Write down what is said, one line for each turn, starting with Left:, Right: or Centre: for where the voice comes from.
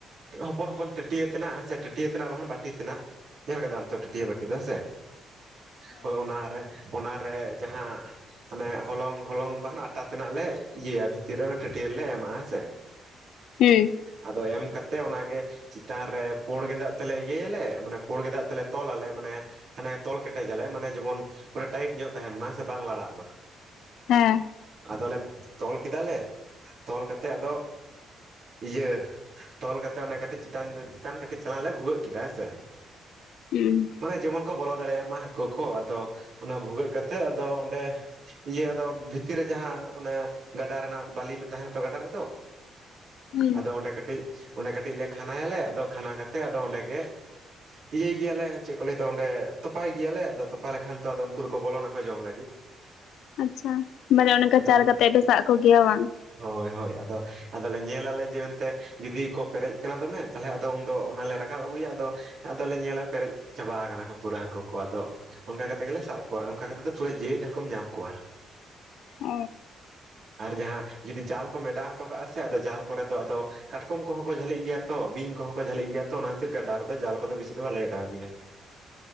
Right: ᱦᱚᱯᱚᱱ ᱦᱚᱯᱚᱱ ᱴᱟᱹᱴᱭᱟᱹ ᱛᱟᱱᱟᱜ ᱥᱮ ᱴᱟᱹᱴᱭᱟᱹ ᱛᱟᱱᱟᱜ ᱵᱟᱠᱷᱟᱱ ᱵᱟᱹᱴᱤ ᱛᱟᱱᱟᱜ ᱧᱮᱞ ᱠᱟᱫᱟᱢ ᱛᱚ ᱴᱟᱹᱴᱭᱟᱹ ᱵᱟᱹᱴᱤ ᱫᱚ ᱦᱮᱸ ᱥᱮ ᱦᱳᱭ ᱚᱱᱟᱨᱮ ᱚᱱᱟᱨᱮ ᱡᱟᱦᱟᱸ ᱦᱟᱸᱱᱮ ᱦᱚᱞᱚᱝ ᱦᱚᱞᱚᱝ ᱵᱟᱦᱟᱴᱟ ᱛᱮᱱᱟᱜ ᱞᱮ ᱤᱭᱟᱹᱭᱟ ᱵᱷᱤᱛᱤᱨ ᱨᱮ ᱚᱱᱟ ᱴᱷᱟᱹᱴᱭᱟᱹ ᱨᱮ ᱞᱮ ᱮᱢᱟᱜ-ᱟ ᱦᱮᱸ ᱥᱮ?
Left: ᱦᱩᱸ᱾
Right: ᱟᱫᱚ ᱮᱢ ᱠᱟᱛᱮᱜ ᱚᱱᱟ ᱜᱮ ᱪᱤᱛᱟᱱ ᱨᱮ ᱯᱩᱸᱲ ᱜᱮᱸᱫᱟᱜ ᱛᱮ ᱞᱮ ᱤᱭᱟᱹᱭᱟᱞᱮ ᱢᱟᱱᱮ ᱯᱳᱸᱲ ᱜᱮᱸᱫᱟᱜ ᱛᱮ ᱞᱮ ᱛᱚᱞ-ᱟᱞᱮ ᱢᱟᱱᱮ ᱦᱟᱸᱱᱮ ᱛᱚᱞ ᱠᱮᱴᱮᱡᱟᱞᱮ ᱢᱟᱱᱮ ᱡᱮᱢᱚᱱ ᱯᱩᱨᱟᱹ ᱴᱟᱭᱤᱴ ᱧᱚᱜ ᱛᱟᱦᱮᱸᱱ ᱢᱟ ᱥᱮ ᱵᱟᱝ ᱞᱟᱲᱟᱜ ᱢᱟ᱾
Left: ᱦᱮᱸ᱾
Right: ᱟᱫᱚ ᱞᱮ ᱛᱚᱞ ᱠᱮᱫᱟ ᱞᱮ ᱛᱚᱞ ᱠᱟᱛᱮ ᱟᱫᱚ ᱤᱭᱟᱹ ᱛᱚᱞ ᱠᱟᱛᱮ ᱚᱱᱮ ᱠᱟᱹᱴᱤᱡ ᱪᱮᱛᱟᱱ ᱪᱮᱛᱟᱱ ᱠᱟᱹᱴᱤᱡ ᱪᱟᱞᱟᱝ ᱞᱮ ᱵᱷᱩᱜᱟᱹᱜ ᱠᱮᱫᱟ ᱦᱮᱸ ᱥᱮ?
Left: ᱦᱩᱸ᱾
Right: ᱢᱟᱱᱮ ᱡᱮᱢᱚᱱ ᱠᱚ ᱵᱚᱞᱚ ᱫᱟᱲᱮᱭᱟᱜ ᱢᱟ ᱦᱟᱹᱠᱩ ᱠᱚ ᱟᱫᱚ ᱚᱱᱟ ᱵᱷᱩᱜᱟᱹᱜ ᱠᱟᱛᱮᱜ ᱟᱫᱚ ᱚᱸᱰᱮ ᱤᱭᱟᱹ ᱟᱫᱚ ᱵᱷᱤᱛᱤᱨ ᱨᱮ ᱡᱟᱦᱟᱸ ᱚᱱᱟ ᱜᱟᱰᱟ ᱨᱮᱱᱟᱜ ᱵᱟᱹᱞᱤᱢ ᱛᱟᱦᱮᱸᱱᱟ ᱛᱚ ᱜᱟᱰᱟ ᱨᱮ ᱫᱚ,
Left: ᱦᱩᱸ
Right: ᱟᱫᱚ ᱚᱸᱰᱮ ᱠᱟᱹᱴᱤᱡ ᱚᱸᱰᱮ ᱠᱟᱹᱴᱤᱡ ᱞᱮ ᱠᱷᱟᱱᱟᱭᱟ ᱞᱮ ᱟᱫᱚ ᱠᱷᱟᱱᱟ ᱠᱟᱛᱮ ᱟᱫᱚ ᱚᱸᱰᱮ ᱜᱮ ᱤᱭᱟᱹᱭ ᱜᱮᱭᱟ ᱞᱮ ᱪᱮᱫ ᱠᱚ ᱞᱟᱹᱭ ᱫᱚ ᱚᱸᱰᱮ ᱛᱚᱯᱟᱭ ᱜᱮᱭᱟ ᱞᱮ ᱟᱫᱚ ᱛᱚᱯᱟ ᱞᱮᱠᱷᱟᱱ ᱛᱚ ᱟᱫᱚ ᱩᱱᱠᱩ ᱫᱚ ᱠᱚ ᱵᱚᱞᱚᱱᱟᱠᱚ ᱡᱚᱢ ᱞᱟᱹᱜᱤᱫ, <inaudible>
Left: ᱟᱪᱪᱷᱟ ᱢᱟᱱᱮ ᱚᱱᱮ ᱚᱱᱠᱟ
Right: ᱟᱫᱚ
Left: ᱪᱟᱨᱟ ᱠᱟᱛᱮᱜ ᱯᱮ ᱥᱟᱵ ᱠᱚ ᱜᱮᱭᱟ ᱵᱟᱝ?
Right: ᱦᱳᱭ ᱦᱳᱭ ᱟᱫᱚ ᱟᱫᱚ ᱞᱮ ᱧᱮᱞ ᱟᱞᱮ ᱡᱮ ᱢᱮᱱᱛᱮ ᱡᱩᱫᱤ ᱠᱚ ᱯᱮᱨᱮᱡ ᱠᱟᱱᱟ ᱫᱚᱢᱮ ᱛᱟᱦᱞᱮ ᱟᱫᱚ ᱩᱱᱫᱚ ᱚᱱᱟ ᱞᱮ ᱨᱟᱠᱟᱵ ᱟᱹᱜᱩᱭᱟ ᱟᱫᱚ ᱟᱫᱚ ᱞᱮ ᱧᱮᱞᱟ ᱯᱮᱨᱮᱡ ᱪᱟᱵᱟ ᱠᱟᱱᱟ ᱠᱚ ᱯᱩᱨᱟᱹ ᱦᱟᱹᱠᱩ ᱠᱚ ᱟᱫᱚ ᱚᱱᱠᱟ ᱠᱟᱛᱮ ᱜᱮ ᱞᱮ ᱥᱟᱵ ᱠᱚᱣᱟ ᱚᱱᱠᱟ ᱠᱟᱛᱮ ᱫᱚ ᱯᱩᱨᱟᱹ ᱡᱮᱣᱮᱫ ᱦᱟᱹᱠᱩᱢ ᱧᱟᱢ ᱠᱚᱣᱟ᱾ <inaudible>
Left: ᱚ᱾
Right: ᱟᱨ ᱡᱟᱦᱟᱸ ᱡᱩᱫᱤ ᱡᱟᱞ ᱠᱚᱢ ᱮᱰᱟᱣ ᱦᱚᱴᱚ ᱠᱟᱜᱼᱟ ᱥᱮ ᱟᱫᱚ ᱡᱟᱞ ᱠᱚᱨᱮ ᱫᱚ ᱟᱫᱚ ᱠᱟᱴᱠᱚᱢ ᱠᱚᱦᱚᱸ ᱠᱚ ᱡᱷᱟᱹᱞᱤᱜ ᱜᱮᱭᱟ ᱛᱚ, ᱵᱤᱧ ᱠᱚ ᱦᱚᱸ ᱡᱷᱟᱹᱞᱤᱜ ᱜᱮᱭᱟ ᱛᱚ, ᱚᱱᱟ ᱠᱷᱟᱛᱤᱨ ᱜᱟᱰᱟ ᱨᱮ ᱫᱚ ᱡᱟᱞ ᱠᱚ ᱫᱚ ᱵᱮᱥᱤ ᱫᱚ ᱵᱟᱞᱮ ᱚᱰᱟᱣ ᱜᱮᱭᱟ᱾